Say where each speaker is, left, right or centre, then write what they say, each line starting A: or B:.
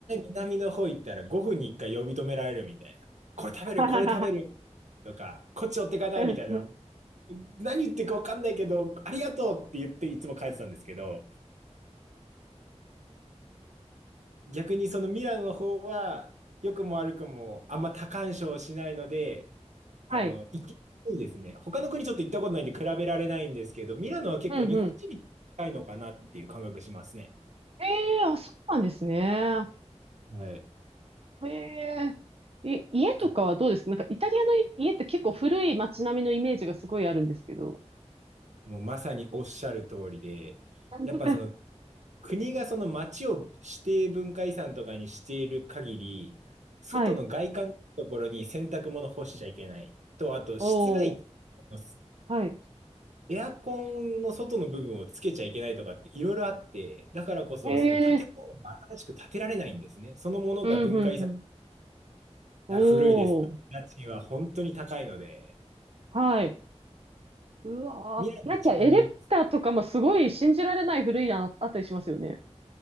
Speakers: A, on the right; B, on the right.
A: 南の方行ったら5分に1回呼び止められるみたいな。これ食べる、
B: <laughs> はははは
A: これ食べるとか、こっち寄ってかないみたいな
B: うんうん
A: 何言ってるか分かんないけど、ありがとうって言っていつも帰ってたんですけど、逆にそのミラノの方は、良くも悪くもあんま多干渉しないので、
B: はい。
A: あの、行きやすいですね。他の国ちょっと行ったことないんで比べられないんですけど、ミラノは結構日本人に近いのかなっていう感覚しますね。
B: うんうん。ええあ、そうなんですね。
A: はい。
B: ええい、家とかはどうですかなんかイタリアの家って結構古い街並みのイメージがすごいあるんですけど。
A: あ、もうまさにおっしゃる通りで、
B: <laughs>
A: やっぱその国がその町を指定文化遺産とかにしている限り、外の外観のところに洗濯物干しちゃいけない。
B: はい。
A: と、あと、室外機の
B: おお。はい。
A: エアコンの外の部分をつけちゃいけないとかっていろいろあって、だからこそその建物が新しく建てられないんですね。
B: ええ
A: そのものが文化遺産、
B: うん、うん、うん。おー。
A: あ古いです。家賃は本当に高いので、
B: はい。うわー。
A: 未来はちなみに、
B: なんかエレベーターとかもすごい信じられない古いやんあったりしますよね。